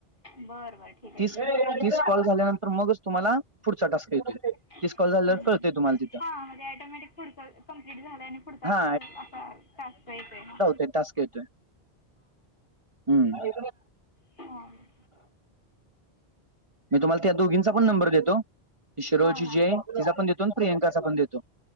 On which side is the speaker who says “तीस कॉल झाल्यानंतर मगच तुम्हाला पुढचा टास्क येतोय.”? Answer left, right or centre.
Right